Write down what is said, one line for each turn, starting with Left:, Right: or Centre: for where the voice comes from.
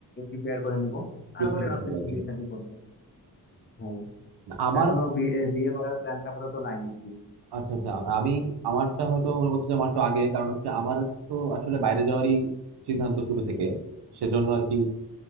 Left: প্রিপেয়ার করে নিব তারপরে
Right: গুছিয়ে নিতে
Left: ভাবতেছি
Right: হবে আগে,
Left: বিয়ে
Right: হ্যাঁ।
Left: শাদী করবো আর কি হ্যাঁ
Right: আমার
Left: তো এখনো বিয়ে বিয়ে করার প্ল্যানটা আপাতত নাই আর কি
Right: আচ্ছা আচ্ছা আমি আমারটা হয়তো মনে করছি যে আমার একটু আগে কারণ হচ্ছে আমার তো আসলে বাইরে যাওয়ারই সিদ্ধান্ত শুরু থেকে সেজন্য আর কি